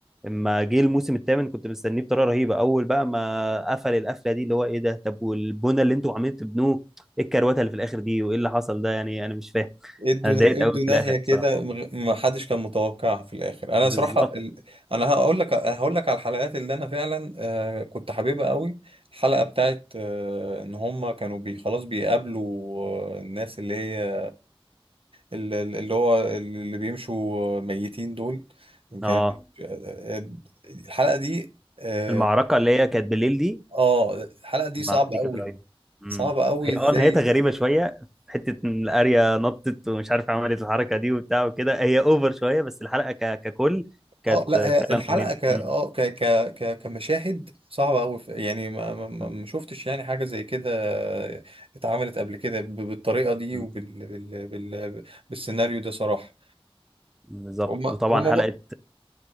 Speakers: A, in the centre; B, on the right.
A: اما جه الموسم الثامن كنت مستنيه بطريقه رهيبه اول بقى ما قفل القفله دي اللي هو ايه ده طب والبنى اللي انتوا عاملين تبنوه ايه الكروته اللي في الاخر دي وايه اللي حصل ده يعني انا مش فاهم
B: ادوا
A: انا اتضايقت
B: ادوا
A: قوي في
B: ناهية
A: الاخر
B: كده
A: بصراحه
B: مغ- ما حدش كان متوقعها في الاخر انا
A: بالظبط
B: صراحة ال... انا هقول لك هقول لك على الحلقات اللي انا فعلا آه كنت حاببها قوي الحلقة بتاعت آه ان هم كانوا بي خلاص بيقابلوا آه، الناس اللي هي ال- ال- اللي هو اللي بيمشوا ميتين دول
A: اه
B: كان آه، الحلقة دي اه
A: المعركة اللي هي كانت بالليل دي
B: آه، الحلقة دي
A: المعركة
B: صعبة
A: دي
B: قوي
A: كانت رهيبة امم
B: صعبة قوي
A: هي
B: ازاي
A: اه نهايتها غريبة شوية حتة ان الاريا نطت ومش عارف عملت الحركة دي وبتاع وكده هي اوفر شوية بس الحلقة ك... ككل كانت
B: اه لا هي
A: فعلا
B: الحلقه
A: رهيبة
B: ك اه
A: امم
B: ك ك ك كمشاهد صعبه قوي يعني ما ما ما
A: امم
B: ما شفتش يعني حاجه زي كده اتعملت قبل كده ب- بالطريقه دي
A: امم
B: وبال بال بال بالسيناريو ده صراحه
A: بالظبط
B: هم
A: وطبعا
B: هم
A: حلقة
B: بقى